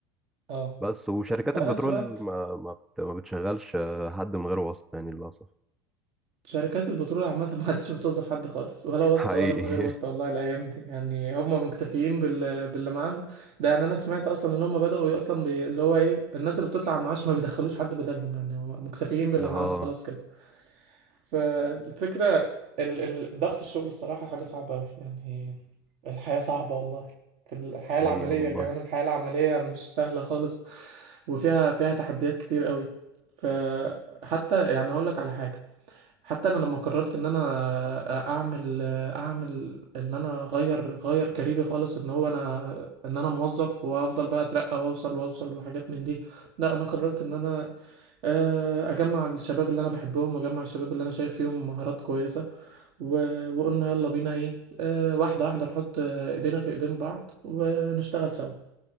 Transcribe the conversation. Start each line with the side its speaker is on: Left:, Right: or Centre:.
Right: اه
Centre: بس وشركات
Right: ده
Centre: البترول
Right: انا سمعت
Centre: ما ما بت- ما بتشغلش حد من غير واسطة يعني للأسف
Right: شركات البترول عامة <laughs> ما عادتش بتوظف حد خالص ولا واسطة
Centre: حقيقي
Right: ولا من غير واسطة
Centre: <laughs>
Right: والله الأيام دي يعني هم مكتفيين بال... باللي معاهم ده يعني أنا سمعت أصلا إن هم بدأوا أصلا ب... اللي هو إيه الناس اللي بتطلع على المعاش ما بيدخلوش حد بدلهم يعني هم مكتفيين باللي
Centre: اه
Right: معاهم خلاص كده فالفكرة ال- ال- ضغط الشغل الصراحة حاجة صعبة أوي يعني الحياة صعبة والله في الحياة
Centre: حقيقي
Right: العملية
Centre: والله
Right: كمان الحياة العملية مش سهلة خالص وفيها فيها تحديات كتير أوي فحتى يعني هقولك على حاجة حتى انا لما قررت ان انا اعمل اعمل ان انا اغير غير كاريري خالص ان هو انا ان انا موظف وافضل بقى اترقى واوصل واوصل وحاجات من دي لا انا قررت ان انا آه، اجمع الشباب اللي انا بحبهم واجمع الشباب اللي انا شايف فيهم مهارات كويسة و... وقلنا يلا بينا ايه آه، واحدة واحدة نحط آه، ايدينا في ايدين بعض ونشتغل سوا